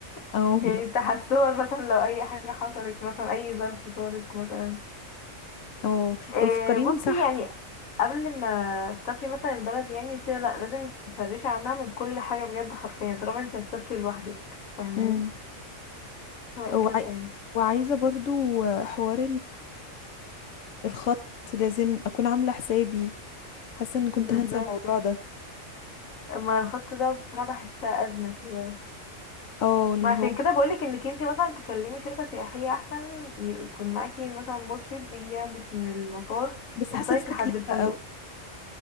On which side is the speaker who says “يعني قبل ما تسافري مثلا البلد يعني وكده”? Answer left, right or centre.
Left